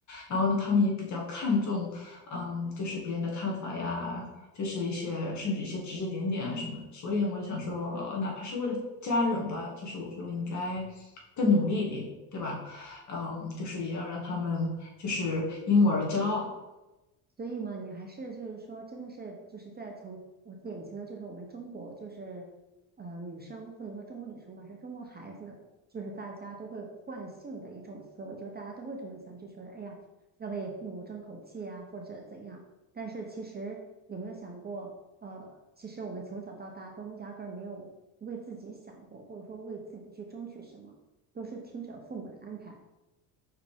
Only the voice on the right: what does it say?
所以嘛，你还是就是说，真的是就是在从我眼前的就是我们中国就是呃女生不能说中国女生吧，是中国孩子，就是大家都会惯性的一种思维，就是大家都会这么想，就觉得哎呀要为父母争口气啊，或者怎样。但是其实有没有想过，呃，其实我们从小到大都压根儿没有为自己想过，或者说为自己去争取什么，都是听着父母的安排。